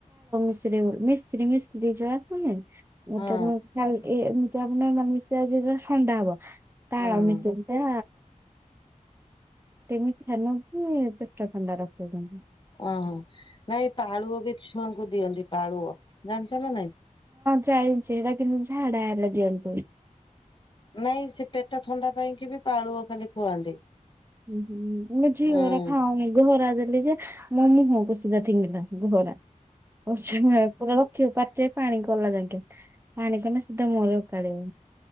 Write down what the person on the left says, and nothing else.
ହଁ
ହଁ
ଓହୋ ନାଇଁ ପାଳୁଅ ବି ଛୁଆଙ୍କୁ ଦିଅନ୍ତି ପାଳୁଅ ଜାଣିଚ ନା ନାଇଁ।
ନାଇଁ ସେ ପେଟ ଥଣ୍ଡା ପାଇଁକି ବି ପାଳୁଅ ଖାଲି ଖୁଆନ୍ତି।
ଉଁ।